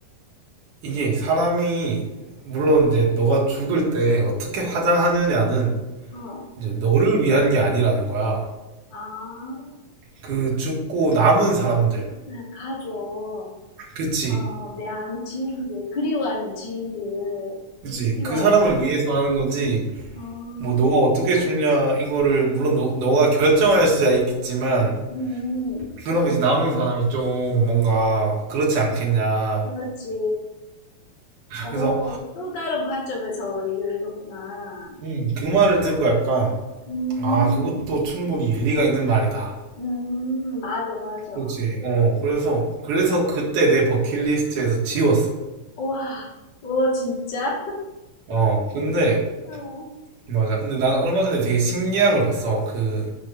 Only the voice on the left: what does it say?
어.
아.
네 가족.
어, 내 아는 지인들, 그리워하는 지인들,
그리워하는
가족.
어,
음,
그렇지. 어,
또 다른 관점에서 얘기를 해줬구나.
음,
음, 맞아, 맞아.
음,
와, 오, 진짜?
어,